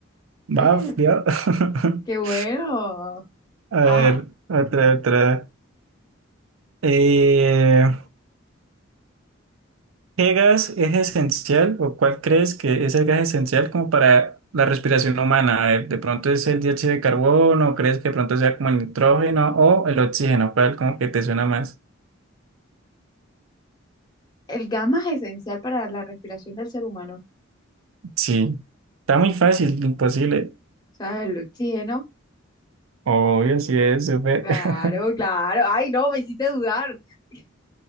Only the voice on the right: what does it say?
Baf,
ya. <laughs>
A
ver, otra, otra. Eh, ¿Qué gas es esencial o cuál crees que es el gas esencial como para la respiración humana? A ver, ¿de pronto es el dióxido de carbono o crees que de pronto sea como el nitrógeno o el oxígeno? ¿Cuál como que te suena más?
Sí, está muy fácil, imposible.
Obvio, sí es súper.
<laughs>